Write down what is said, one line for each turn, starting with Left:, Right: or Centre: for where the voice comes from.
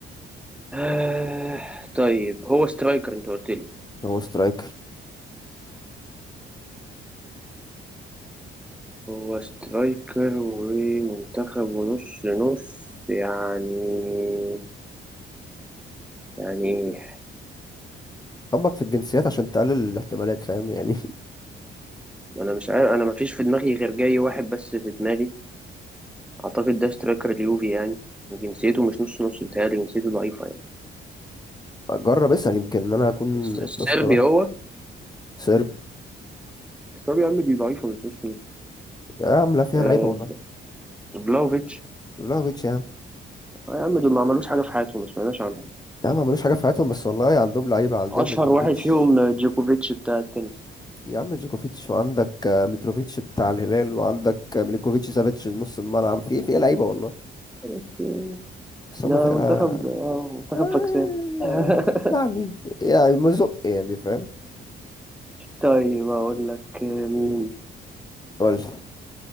Centre: آه، طيب هو سترايكر أنت قلت لي
Left: هو سترايكر
Centre: هو سترايكر ومنتخب ونص نص يعني يعني ايه
Left: خبط في الجنسيات عشان تقلل الاحتمالات فاهم يعني <laughs>
Centre: انا مش عارف انا مفيش في دماغي غير جاي واحد بس في دماغي اعتقد ده سترايكر اليوفي يعني وجنسيته مش نص نص بتهيألي جنسيته ضعيفة يعني
Left: جرب اسأل يمكن ان انا اكون
Centre: الس-
Left: النصف
Centre: السربي
Left: غلط
Centre: هو
Left: سيرب
Centre: طب يا عم دي ضعيفة مش نص نص
Left: يا عم لا فيها
Centre: آه
Left: لعيبه والله
Centre: بلاوفيتش
Left: بلاغوفيتش يا عم
Centre: آه يا عم دول ما عملوش حاجة في حياتهم ما سمعناش عنهم
Left: يا عم ملوش حاجه في حياتهم بس والله عندهم لعيبه عندهم
Centre: أشهر
Left: متروفيتش
Centre: واحد فيهم جوكوفيتش بتاع التنس
Left: يا عم جوكوفيتش وعندك آه، متروفيتش بتاع الهلال وعندك آه، ميليكوفيتش سافيتش نص الملعب في في لعيبه والله
Centre: بس
Left: بس
Centre: ده
Left: هم فرقه
Centre: منتخب اه منتخب
Left: آه،
Centre: فاكسان <laughs>
Left: يعني يعني مزق يعني فاهم
Centre: طيب أقول لك مين
Left: قول لي.